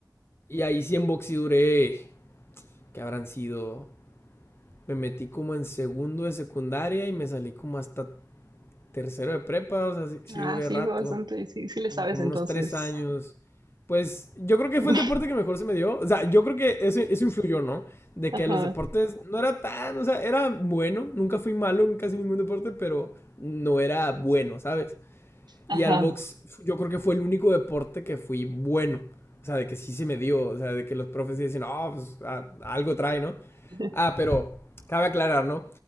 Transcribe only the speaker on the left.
Y ahí sí en boxy duré, que habrán sido, me metí como en segundo de secundaria y me salí como hasta tercero de prepa, o sea, sí, sí
duré
rato,
y como
unos tres años. Pues yo creo que
fue el deporte que mejor se me dio. O sea, yo creo que eso, eso influyó, ¿no? De
que los deportes no era tan, o sea, era bueno, nunca fui malo en casi ningún deporte, pero no era bueno, ¿sabes?
Y al box yo creo que fue el único deporte que fui bueno. O sea, de que sí se me dio. O sea, de que los profes dicen, oh, pues a- a algo trae, ¿no?
Ah, pero cabe aclarar, ¿no?